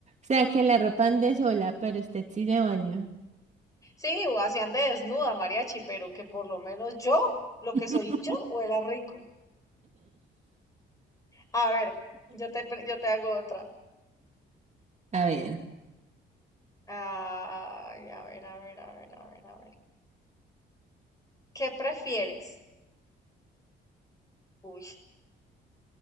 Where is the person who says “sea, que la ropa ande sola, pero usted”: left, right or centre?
Right